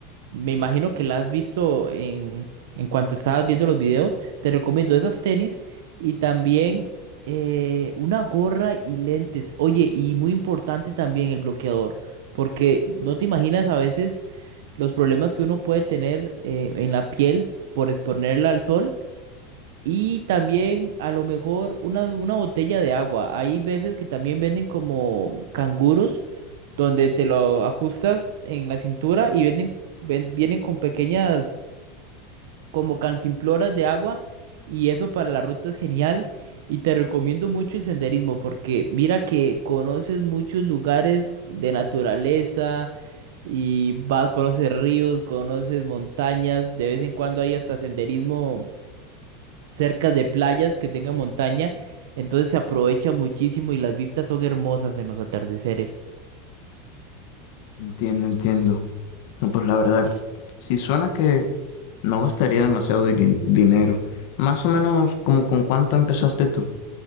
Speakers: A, on the right (about 75°); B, on the left (about 65°).
A: Me imagino que la has visto en, en cuanto estabas viendo los videos. Te recomiendo esas tenis y también eh, una gorra y lentes. Oye, y muy importante también el bloqueador, porque no te imaginas a veces los problemas que uno puede tener eh, en la piel por exponerla al sol. Y también a lo mejor una, una botella de agua. Hay veces que también venden como canguros donde te lo ajustas en la cintura y venden, ven- vienen con pequeñas como cantimploras de agua y eso para la ruta es genial y te recomiendo mucho el senderismo porque mira que conoces muchos lugares de naturaleza y vas, conoces ríos, conoces montañas, de vez en cuando hay hasta senderismo cerca de playas que tengan montaña, entonces se aprovecha muchísimo y las vistas son hermosas en los atardeceres.
B: Entiendo, entiendo. No, pues la verdad, si suena que no gastaría demasiado din- dinero. Más o menos como con cuánto empezaste tú.